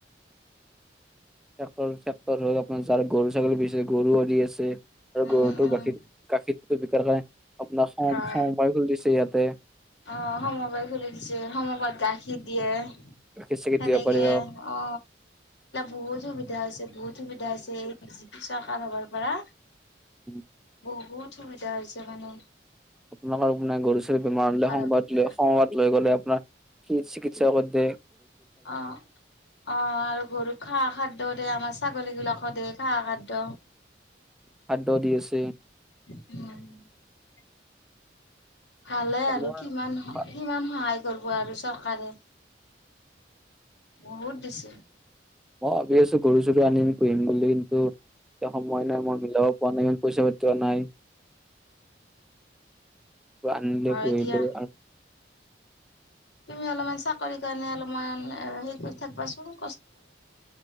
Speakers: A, in the centre; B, on the left.
A: <unintelligible> ট্ৰেক্টৰ চেক্টৰ আপোনাৰ যাৰ গৰু ছাগলী বিচছে গৰু আৰি দি আছে। আৰু
B: উম,
A: গৰুটো
B: উম।
A: গাখীৰ গাখীৰটো বিকাৰ কাৰণে আপোনাৰ সম
B: অ',
A: সমবায় খুলি দিছে ইয়াতে।
B: অ সমবাই খুলি দিছে সমবাত গাখীৰ দিয়ে।
A: গাখীৰ চাখীৰ
B: সনেকে
A: দিব পাৰি
B: অ, বহুত সুবিধা হৈছে - বহুত সুবিধা হৈছে এই বিজি পি চৰকাৰ হবৰ পৰা।
A: উম।
B: বহুত সুবিধা হৈছে মানুহ।
A: আপোনাক আৰু মানে গৰু ছাগলী বেমাৰ হলে সংবাদ
B: হ'বৰ পৰা
A: লৈ সংবাদ লৈ গ'লে আপোনাৰ চিকিৎসা। ইচ্ছা কৰি দে।
B: অ অ আৰু গৰু খা খাদ্যৰে আমাৰ চাক। ছাগলী গিলাকৰ দে খাঁহ খাদ্য।
A: সাদহ দি আছে।
B: উম। ভালে আৰু
A: মই
B: কিমান কিমান সহায়। কৰিব আৰু চৰকাৰে বহুত দিছে।
A: মই ভাবি আছো ঘৰু চৰু আনিম পুহিম বুলি কিন্তু। এতিয়া সময় নাই মই মিলাব পোৱা নাই ইমান পইচা পাতিও নাই। আনিলে
B: হয়
A: পোহিলো
B: দিয়া
A: আৰু।
B: তুমি অলপমান চাকৰিৰ কাৰণে অলপমান হেৰি কৰি থাকিবাচোন।